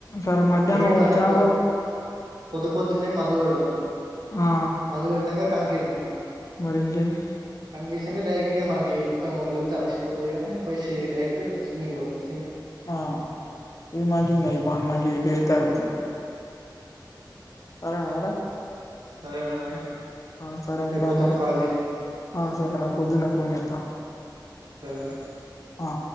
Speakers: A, on the left; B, on the right.
A: సరే మధ్యాహ్నం
B: ఏదంటే
A: వచ్చినా
B: పొద్
A: కూడా
B: పొద్దు పొద్దున్నే మందు కొడదాం
A: ఆ
B: మందు కొట్టినంక కంకిరుదాం
A: మరి ఇంకేమి
B: కంకిరిసినంక డైరెక్ట్ ఇగ మనకి ఏం మొత్తం వెళ్ళిపోతే అలిసిపోతుదిగా పోసి డైరెక్ట్ స్విమ్మింగ్ కు పోదాం
A: ఆ ఇది మంచిగుంది ఈ పని మంచిది ఇట్ల చేతే ఐపోతది
B: ఊ
A: ఎవరన్న పోతే
B: సరే ర మరి
A: ఆ సరే ఉంటాను
B: రేపు పొద్దున
A: రా
B: కాల్ చెయ్
A: ఆ సరేర పొద్దున్నే పోన్ జేత్తా
B: ఊ సరేరా
A: అ